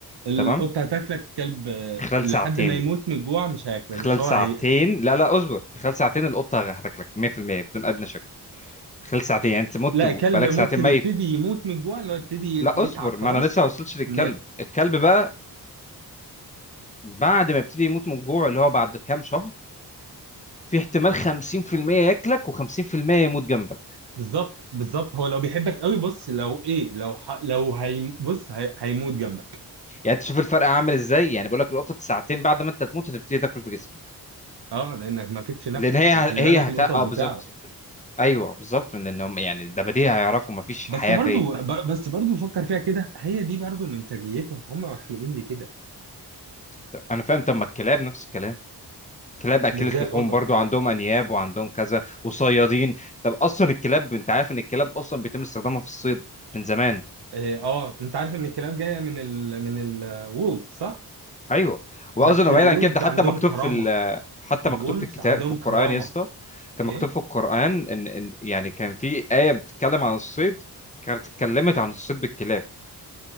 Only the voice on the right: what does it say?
القطة
هتاكلك كلب آه،
لحد
ما يموت من الجوع مش هياكلك
بس هو
هي-
لا
كلب ممكن
يبتدي يموت من الجوع اللي هو يبتدي
يتعب خلاص
ان ياكل
بالظبط بالظبط هو لو بيحبك قوي بص لو ايه لو ح... لو هي بص هي... هيموت جنبك
اه لانك ما فيكش نفس
خلي
بالك
القطط
بتعرف
بس
برضو
ب... بس برضو فكر فيها كده هي دي برضو من سجيتهم هم مخلوقين لكده
مش زي
القطط
اه آه، انت عارف ان الكلاب جايه من ال... من الولفز صح
بس الولفز
عندهم
كرامه
الولفز
عندهم
كرامه
ايه